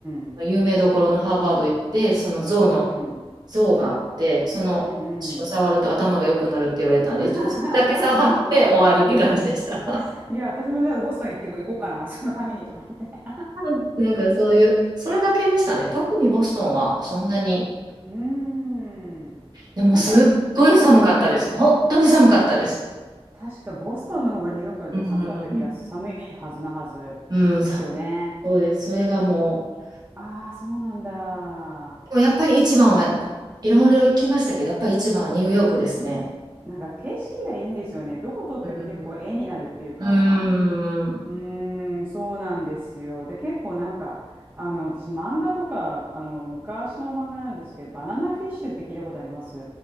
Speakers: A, on the right; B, on the right.
A: うん、
B: 有名どころのハーバード行って、その象の、
A: うん、
B: 象があって、その血を触ると頭が良くなるって言われたんで、
A: うんうん。あはははうん。
B: 一応それだけ触って終わりって感じでした。
A: いや、私もじゃあボストン行ってこ行こうかな、そのためにとか言って。
B: <laughs> なんかそういう、それだけでしたね。特にボストンはそんなに、
A: うーん。
B: でもすっごい寒かったです。
A: なんか、うんうん。
B: 本当に寒かったです。
A: 確かボストンの方がニューヨークより寒かった気が、
B: うん、
A: 寒いはずなはずですよね。
B: うん、寒そうです。それがもう、
A: ああ、そうなんだ。
B: でもやっぱり一番はいろいろ行きましたけど、やっぱり一番はニューヨークですね。
A: なんか景色がいいんですよね。どこ撮っても結構絵になるっていうか。
B: うん。うーん。
A: うーん、そうなんですよ。で、結構なんか、あの、私、漫画とか、あの、昔の漫画なんですけど、バナナフィッシュって聞いたことあります